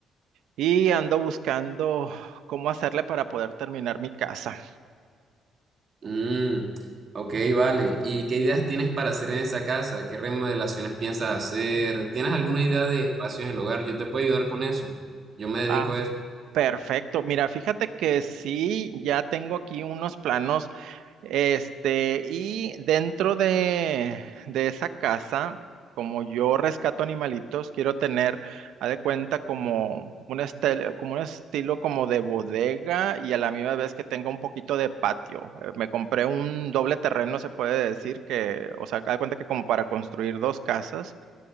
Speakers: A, on the right (about 85°); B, on the right (about 50°).
A: y ando buscando cómo hacerle para poder terminar mi casa.
B: Mm, ok, vale. ¿Y qué ideas tienes para hacer en esa casa? ¿Qué remodelaciones piensas hacer? ¿Tienes alguna idea de espacios en el hogar? Yo te puedo ayudar con eso. Yo me dedico
A: Ah,
B: a eso.
A: perfecto, mira, fíjate que sí, ya tengo aquí unos planos. Este, y dentro de, de esa casa, como yo rescato animalitos, quiero tener, haz de cuenta, como un estilo, como un estilo como de bodega y a la misma vez que tenga un poquito de patio. Eh, Me compré un doble terreno, se puede decir que, o sea, haz de cuenta que como para construir dos casas